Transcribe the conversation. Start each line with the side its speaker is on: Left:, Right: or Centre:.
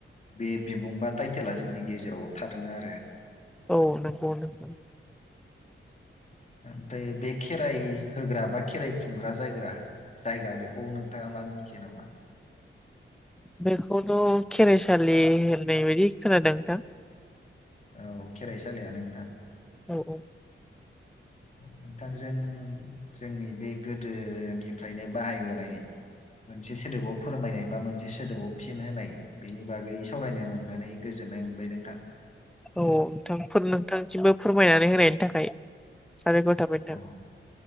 Left: बे बिबुं बा टाइटेला जोंनि गेजेराव थादों आरो
Centre: औ नंगौ नंगौ
Left: ओमफ्राय बे खेराइ होग्रा बा खेराइ खुंग्रा जायग्रा जायगा बेखौ नोंथाङा मानो मिथियो नामा
Centre: बेखौथ' खेराइसालि होननाय बायदि खोनादों नोंथां
Left: औ खेराइसालियानो नोंथां
Centre: औ-औ
Left: नोंथांजों जोंनि बे गोदोनिफ्रायनो बाहायबोनाय मोनसे सोदोबाव फोरमायनाय बा मोनसे सोदोबाव फिन होनाय बेनि बागै सावरायनो मोननानै गोजोननाय मोनबाय नोंथां
Centre: औ-औ नोंथां नोंथांसिमबो फोरमायनानै होनायनि थाखाय साबायखर थाबाय नोंथां
Left: औ